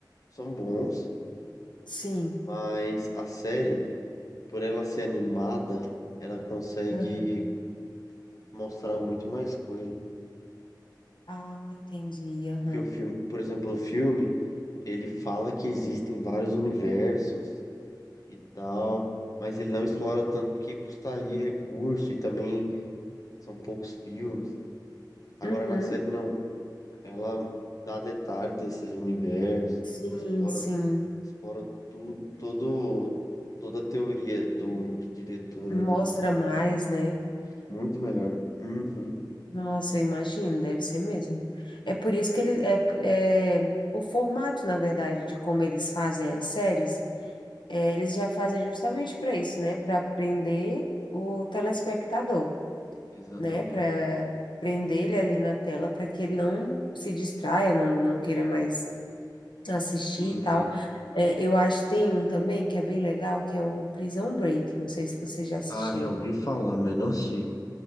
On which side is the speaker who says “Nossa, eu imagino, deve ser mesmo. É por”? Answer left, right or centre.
Left